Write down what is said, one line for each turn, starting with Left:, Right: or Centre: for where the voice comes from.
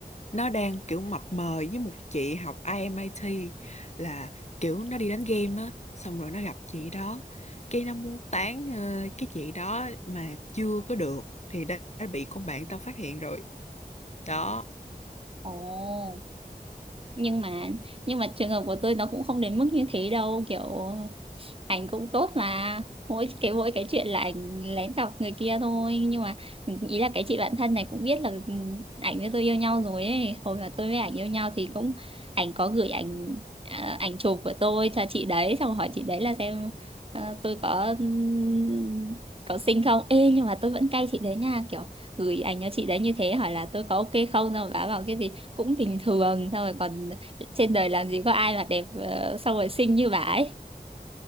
Left: nó đang kiểu mập mờ với một chị học IMIT là kiểu nó đi đánh game á, xong rồi nó gặp chị đó. Cái nó muốn tán ờ, cái chị đó mà chưa có được thì đã, đã bị con bạn tao phát hiện rồi. Đó.
Right: ồ, nhưng mà nhưng mà trường hợp của tôi nó cũng không đến mức như thế đâu, kiểu ảnh cũng tốt mà mỗi cái mỗi cái chuyện là ảnh lén đọc người kia thôi nhưng mà ừ, ý là cái chị bạn thân này cũng biết là ừ, ảnh với tôi yêu nhau rồi ấy hồi mà tôi với ảnh yêu nhau thì cũng ảnh có gửi ảnh à, ảnh chụp của tôi cho chị đấy xong hỏi chị đấy là xem ờ, tôi có ừm, có xinh không ê nhưng mà tôi vẫn cay chị đấy nha kiểu gửi ảnh cho chị đấy như thế hỏi là tôi có ok không xong rồi bà bảo cái gì cũng bình thường xong rồi còn trên đời làm gì có ai mà đẹp ờ, xong rồi xinh như bà ấy